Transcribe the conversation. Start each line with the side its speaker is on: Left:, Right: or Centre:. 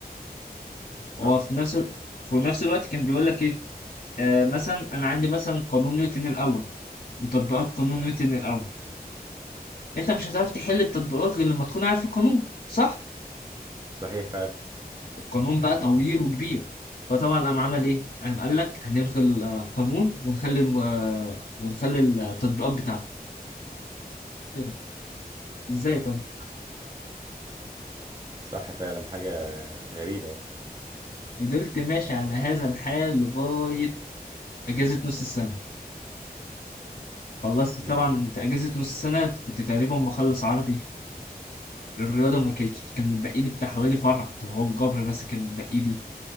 Right: صح
Left: هو في نفس ال- في نفس الوقت كان بيقول لك إيه آه مثلا أنا عندي مثلا قانون نيوتن الأول وتطبيقات قانون نيوتن الأول أنت مش هتعرف تحل التطبيقات غير لما تكون عارف القانون صح؟
Right: صحيح فعلا
Left: قانون بقى طويل وكبير فطبعا قام عمل ايه قام قال لك هنلغي القانون ونخلي الم- آه، ونخلي التطبيقات بتاعته ايه ده ازاي طيب
Right: صح فعلا حاجة غريبة يعني
Left: فضلت ماشي على هذا الحال لغاية أجازة نص السنة خلصت
Right: امم
Left: طبعا في أجازة نص السنة كنت تقريبا مخلص عربي الرياضة ما كانتش كان متبقي لي بتاع حوالي فرع طب هو الجبر بس كان متبقي لي